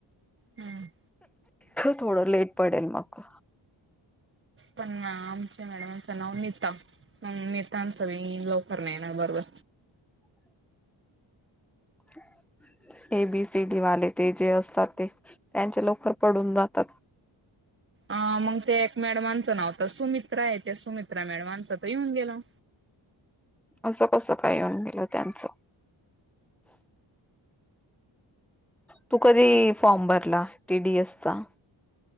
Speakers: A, on the right; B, in the centre.
A: हम्म
B: थोडं लेट पडेल मग
A: पण आमच्या मॅडमचं नाव नीता नि त्यांचं नाही लवकर नाही येणार बरोबर
B: ह <unintelligible> ए बी सी डी वाले ते जे असतात ते त्यांच्या लवकर पडून जातात.
A: अ मग त्या एक मॅडमांचं नाव तर सुमित्रा आहे त्या सुमित्रा मॅडमांचं तर येऊन गेलं.
B: असं कसं काय येऊन गेलं त्यांचं तू कधी फॉर्म भरला टी डी एस चा